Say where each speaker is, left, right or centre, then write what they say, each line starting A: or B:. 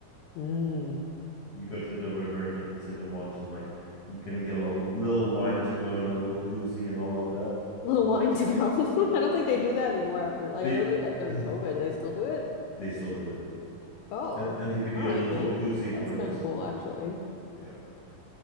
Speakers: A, on the left (about 80°); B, on the left (about 60°).
A: Mm.
B: You go to the river and you can sit and watch and like you can get a little little wine to go and a little koozie and all of that.
A: Little wine to go. <laughs> I don't think they do that anymore after, like,
B: They
A: I know they did that during
B: <clears throat>
A: COVID. Do they still do it?
B: they still do it.
A: Oh,
B: And and they give
A: all
B: you
A: right,
B: a little
A: Katie.
B: koozie
A: That's
B: for it.
A: kind of cool, actually.
B: Yeah.